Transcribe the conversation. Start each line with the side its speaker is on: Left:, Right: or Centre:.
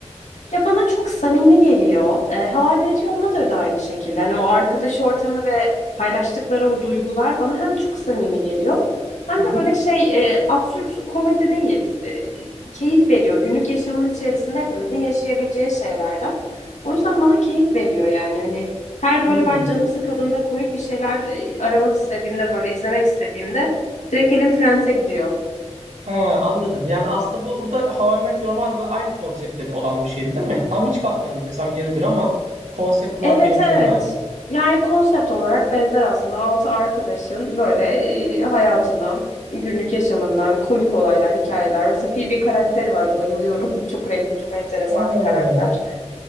Left: Ya bana çok samimi geliyor. E, How I Met Your Mother da aynı şekilde. Hani o arkadaş ortamı ve paylaştıkları o duygular bana hem çok samimi geliyor hem
Right: Hı hı.
Left: de böyle şey e, absürt komedi değil. E, keyif veriyor. Günlük yaşamın içerisinde hepimizin yaşayabileceği şeylerden. O yüzden bana keyif veriyor yani. Hani her böyle
Right: Hmm.
Left: ben canım sıkıldığında komik bir şeyler e, aramak istediğimde böyle izlemek istediğimde direkt elim Friends'e gidiyor.
Right: Ha, anladım. Yani aslında bu bu da How I Met Your Mother'la aynı konseptte de olan bir şeydi değil mi? Tam hiç bakmadım desem yeridir ama konsept olarak
Left: Evet
Right: benziyordu
Left: evet.
Right: galiba.
Left: Yani konsept olarak benzer aslında. Altı arkadaşın böyle e, hayatından, günlük yaşamından komik olaylar, hikayeler. Mesela Phoebe karakteri var. Bayılıyorum. <laughs> Çok renkli, çok enteresan
Right: Ha.
Left: bir karakter.